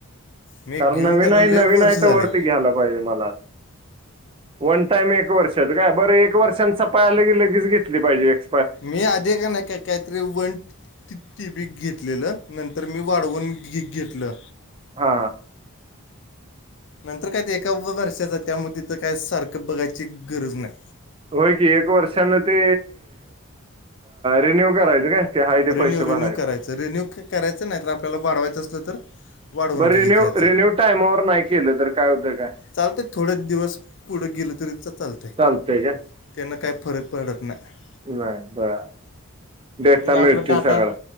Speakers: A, on the left; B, on the right.
A: मी
B: कारण
A: घेऊन
B: नवीन
A: त्याला
B: आहे
A: लय
B: नवीन
A: वर्ष
B: आहे
A: झाले
B: तर वरती घ्यायला पाहिजे मला वन टाइम एक वर्षात का बरं एक वर्षान सपा आलं की लगेच घेतली पाहिजेक्
A: मी आधी का नाही का काहीतरी वन तिी बी घेतलेलं नंतर मी वाढवून घी घेतलं
B: हा
A: नंतर काय ते एका्या वर्षाचा त्यामुळे तिथं काय सारखं बघायची गरज नाही
B: होय की एक वर्षान ते रिन्यू करायचं काय ते आहे ते
A: रन्यू
B: पैसे
A: रिन्यू
B: भरायचे
A: करायच रिन्यू करायचं नाही तर आपल्याला वाढवायचं लं तर वाढवून
B: बरं
A: घ
B: रिन्यू
A: घ्याचं
B: रिन्यू टायमावर नाही केलं तर काय होतं काय
A: चालते थोडच दिवस पुढे गेल तरी चाल त्यांना
B: चालतंय काय
A: काही फरक पडत नाही
B: नाही बरं डेटा
A: ते काय
B: मिळते
A: आपला डाटा
B: सगळा